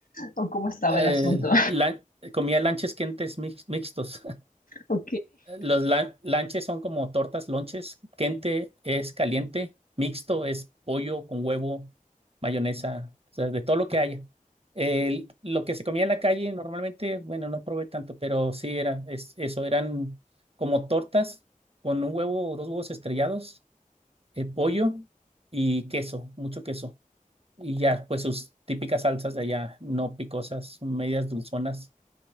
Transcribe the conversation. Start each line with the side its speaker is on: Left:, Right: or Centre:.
Left: ¿O cómo estaba
Right: eh,
Left: el asunto?
Right: la- comía lanches quentes mix- mixtos?
Left: <laughs> ¿O
Right: Los lan- lanches son como tortas, lonches. Kente es caliente, mixto es pollo con huevo, mayonesa, o sea, de todo lo que haya. El- lo que se comía en la calle normalmente, bueno, no probé tanto, pero sí era es- eso, eran como tortas con un huevo o dos huevos estrellados, eh, pollo y queso, mucho queso. Y ya, pues sus típicas salsas de allá, no picosas, medias dulzonas.